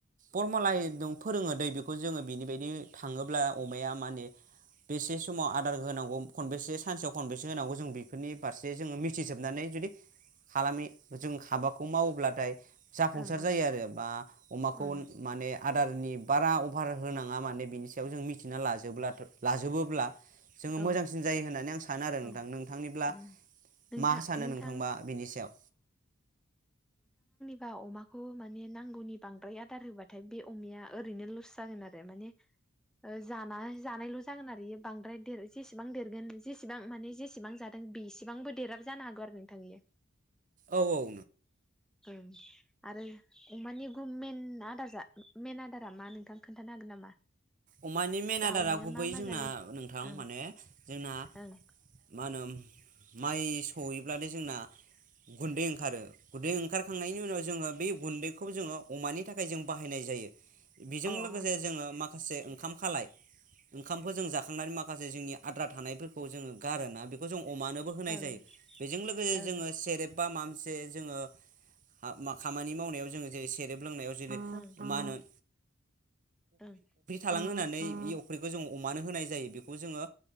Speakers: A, on the right; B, in the centre.
A: करमलाइ द फोरोङो दै बेखौ जोङो बिनि बायदि थाङोब्ला अमाया माने बेसे समाव आदार होनांगौ खनबेसे सानसेयाव खनबेसे होनांगौ जों बेफोरनि फारसे जोङो मिथिजोबनानै जुदि खालामै जों हाबाखौ मावोब्लाथाय जाफुंसार
B: ओं ओं
A: जायो आरो बा अमाखौ
B: ओं
A: माने आदारनि बारा अफार होनाङा माने बिनि सायाव जों मिथिना लाजोबब्लाथ' लाजोबो ब्ला जों
B: ओ औ
A: मोजांसिन जायो होननानै आं सानो आरो
B: औ
A: नोंथां नोंथांनिब्ला
B: उम नोंथां
A: मा सानो
B: नोंथां
A: नोंथांबा बेनि सायाव
B: बा अमाखौ माने नांगौनि बांद्राय आदार होबाथाय बे अमाया ओरैनो लस जागोन आरो माने ओ जाना- जानायल' जागोन आरो बांद्राय देर जेसेबां देरगोन जेसेबां माने जेसेबां जादों बेसिबांबो देराबो जानो हागौ आरो नोंथां इयो
A: औ औ
B: ओं आरो अमानि गु मेन आदार जा मेन आदारा मा नोंथां खोन्थानो हागोन नामा?
A: अमानि मेन
B: जा
A: आदारा
B: अमाया
A: गुबै
B: मा मा
A: जोंना
B: जायो?
A: नों थां
B: ओं
A: माने जोंना
B: ओं
A: मा होनो माइ सहैब्लाथाय जोंना गुन्दै ओंखारो उदै ओंखारखांनायनि उनाव जोङो बे गुन्दैखौ जोङो अमानि थाखाय जों बाहायनाय जायो बेजों
B: ओं
A: लोगोसे जोङो माख ओंखाम खालाय ओंखामखौ जों जाखांनानै माखासे जोंनि आद्रा थानायफोरखौ जोङो गारोना बेखौ जों अमानोबो होनाय
B: अ ओं
A: जायो बेजों लोगोसे
B: ओं
A: जोङो सेरेब बा मा से जोङो आ मा खामानि मावनायाव जोङो जेरै सेरेब लोंनायाव जेरै
B: ओं
A: मा होनो <unintelligible>
B: ओं
A: <unintelligible> होनानै बे अफ्रिखौ जोङो अमानो होनाय जायो बेखौ जोङो